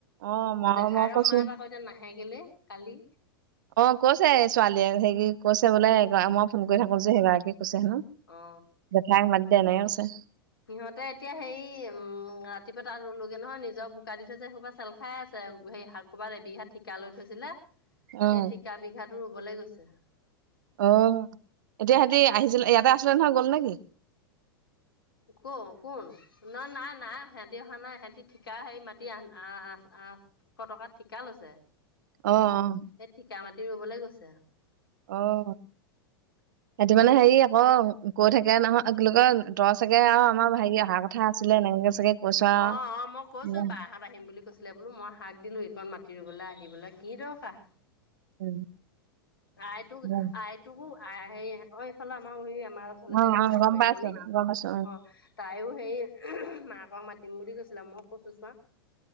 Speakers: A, on the right; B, on the left.
A: অ', মই
B: জেঠাইৰক
A: মই কৈছো
B: মাত আকৌ? এতিয়া নাহে কেলে কালি।
A: অ'! কৈছে ছোৱালীয়ে। হেৰি কৈছে বোলে, মই ফোন কৰি থাকোঁ যে, সেইগৰাকীয়ে কৈছে হেনোঁ,
B: অ
A: জেঠাইক মাতি দে কৈছে।
B: সিহঁতে, এতিয়া সেই, উম! ৰাতিপুৱা তাত ৰোলোগে নহয়, নিজৰ বোকা দি থৈছে। সেই, সোপা চেল খাই আছে। হেৰি শাক ক'ৰবাত এবিঘা ঠিকা লৈ থৈছিলে। সেই
A: অ',
B: ঠিকা বিঘাতো ৰুবলৈ গৈছে।
A: অ'! এতিয়া, সিহঁতি আহিছিল। ইয়াতে, আছিলে নহয়, গ'ল নেকি?
B: ক' কোন? ন' নাই, নাই। সিহঁতি অহা নাই, সিহঁতি ঠিকা হেৰি, মাটি আঠ, আঠশ টকাত ঠিকা লৈছে?
A: অ' অ'!
B: সেই, ঠিকা মাটি ৰোবলৈ গৈছে।
A: অ'!
B: <inaudible>
A: সিহঁতি মানে হেৰি আকৌ কৈ থাকে নহয় কি বুলি কয় তই চাগে আৰু আমাৰ ভাইটি অহা কথা আছিলে এনেকে চাগে কৈছ আৰু
B: অ' অ'! মই কৈছোঁ,
A: উম,
B: বাৰটাত আহিম বুলি। কৈছিলে বোলো, মই শাক দিলোঁ। এইকণ মাটি ৰোবলৈ, আহিবলৈ কি দৰকাৰ?
A: <unintelligible>
B: আইটোক
A: উম।
B: আইটোকো হে অ এইফালে আমাৰ হৰি আমাৰ লগ ঘলে
A: অ',
B: যে গৈছিলে
A: অ', গম
B: বোৱাৰীজনী
A: পাইছো গম পাইছো
B: অ তাইও সেই মাকক মাতিম বুলি কৈছিলে মই কৈছো চোৱা